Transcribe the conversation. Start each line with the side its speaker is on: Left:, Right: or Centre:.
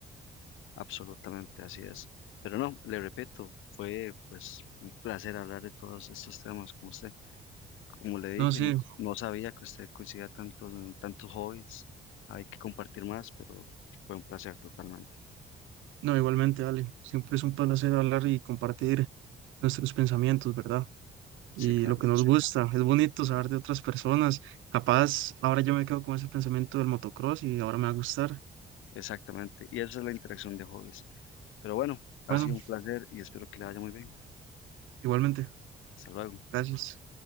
Left: Absolutamente, así es. Pero no, le repito, fue pues un placer hablar de todos estos temas con usted. Como le dije,
Right: No, sí,
Left: n- no sabía que usted coincidía tanto en tantos hobbies. Hay que compartir más, pero fue un placer totalmente.
Right: No, igualmente, Ale. Siempre es un placer hablar y compartir nuestros pensamientos, ¿verdad? Y
Left: Sí, claro,
Right: lo que nos gusta. Es bonito saber de otras personas. Capaz, ahora yo me quedo con ese pensamiento del motocross y ahora me va a gustar.
Left: exactamente. Y esa es la interacción de hobbies. Pero bueno, ha
Right: Bueno,
Left: sido un placer y espero que le vaya muy bien.
Right: igualmente.
Left: Hasta luego.
Right: Gracias.